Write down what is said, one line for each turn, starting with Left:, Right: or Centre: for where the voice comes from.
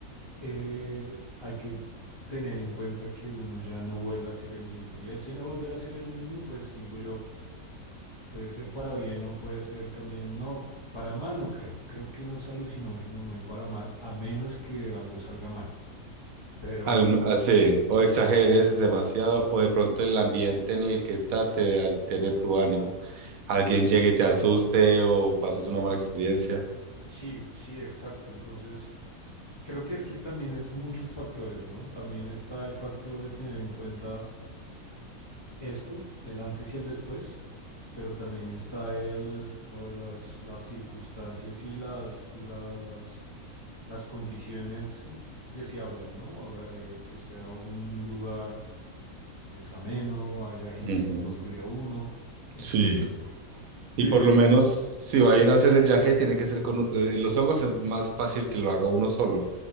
Left: eh, hay que tener en cuenta que uno ya no vuelve a ser el mismo. Y ese no volver a ser el mismo, pues digo yo, puede ser para bien o puede ser también, no, para mal no creo. Creo que en los alucinógenos no hay para mal, a menos que algo salga mal. Pero...
Right: Al, así, o exageres demasiado, o de pronto el ambiente en el que está te altere tu ánimo. Alguien llegue y te asuste, o pases una mala experiencia.
Left: Sí, sí, exacto. Entonces, creo que es que también es muchos factores, ¿no? También está el factor de tener en cuenta esto, el antes y el después, pero también está el, lo- las, las circunstancias y las, y la- las, las condiciones deseables, ¿no? Agra- eh, Que sea un lugar pues ameno, haya gente
Right: Ujú.
Left: que lo cuide a uno. Entonces,
Right: Sí. Y
Left: yo diría
Right: por lo
Left: que...
Right: menos si va a ir a hacer el yaje, tiene que ser con... u- eh, Los hongos es más fácil que lo haga uno solo,